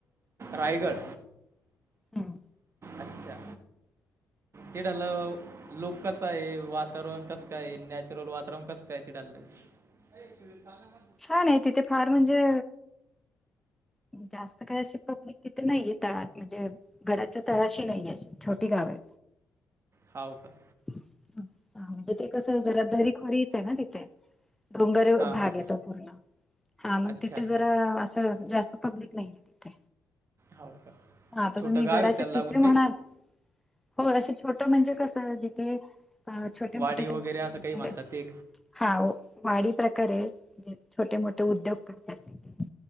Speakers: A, on the right; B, in the centre.
A: रायगड?
B: ह्म.
A: अच्छा, तीडालं. लोक कसाय? वातावरण कस काय? नॅचरल वातावरण कस काय तिडलं? काय फिरून चालना म.
B: छान ये, तिथ फार म्हणजे, जास् तिथं, काय अशी पब्लिक तिथ नाहीये, तळात म्हणजे, गडाच्या तळाशी नाहीये, अशी छोटी गावं य.
A: हाव का?
B: हं हा, तिथे कसं जरा, दरी खोरीच ये ना तिथे, डोंगर
A: हां
B: भाग
A: हां
B: येतो. पूर्ण, हां म
A: अच्छा
B: तिथे
A: अच्छा
B: जरा, असं जास्त पब्लिक नाहीये. तिथे.
A: हो का?
B: आता
A: छोटं
B: तुम्ही
A: गाव
B: गडाच्या
A: आहे का त्याला लागून
B: तिथे
A: काही
B: म्हणाल, हो असे छोट, म्हणजे कसं? जि की अ छोटे-मोठे
A: वाडी वगैरे
B: ते लोकं,
A: असं
B: म्हणजे
A: काही म्हणतात ते
B: हां, वाडी प्रकारे ये, जे छोटे-मोठे उद्योग करतात, ते